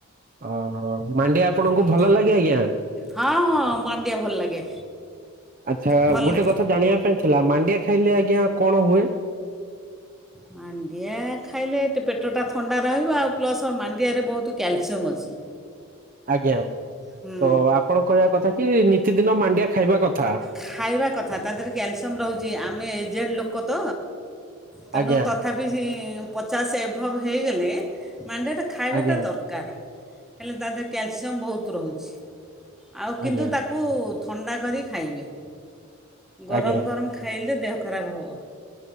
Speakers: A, on the right; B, in the centre.
A: ଓହୋ ମାଣ୍ଡିଆ ଆପଣଙ୍କୁ
B: ହୁଁ
A: ଭଲ ଲାଗେ ଆଜ୍ଞା <inaudible>
B: ହଁ ହଁ ମାଣ୍ଡିଆ ଭଲ ଲାଗେ
A: ଆଚ୍ଛା
B: ଭଲ
A: ଗୋଟେ କଥା ଜାଣିବା ପାଇଁ ଥିଲା ମାଣ୍ଡିଆ ଖାଇଲେ ଆଜ୍ଞା କଣ ହୁଏ?
B: ମାଣ୍ଡିଆ ଖାଇଲେ ଏତେ ପେଟଟା ଥଣ୍ଡା ରହିବ ଆଉ ପ୍ଲସ୍ ଆ ମାଣ୍ଡିଆରେ ବହୁତ କ୍ୟାଲସିୟମ୍ ଅଛି।
A: ଆଜ୍ଞା
B: ହୁଁ
A: ତ ଆପଣଙ୍କ କହିବା କଥା କି ନିତିଦିନ ମାଣ୍ଡିଆ ଖାଇବା କଥା।
B: ଖାଇବା କଥା ତା ଦେହରେ କାଲସିୟମ୍ ରହୁଛି ଆମେ ଜେଡ ଲୋକ ତ? ତେଣୁ
A: ଆଜ୍ଞା
B: ତଥାପି ସେ ପଚାଶ ଏଭବ ହେଇଗଲେ ମଣ୍ଡିଆ ଟା ଖାଇବାଟା
A: ଆଜ୍ଞା
B: ଦରକାର୍। ହେଲେ ତା ଦେହରେ କ୍ୟାଲସିୟମ୍ ବହୁତ ରହୁଚି। ଆଉ କିନ୍ତୁ
A: ଆଜ୍ଞା
B: ତାକୁ ଅଣ୍ଡା କରି ଖାଇବେ। ଗରମ
A: ଆଜ୍ଞା
B: ଗରମ ଖାଇଲେ ଦେହ ଖରାପ ହଵ।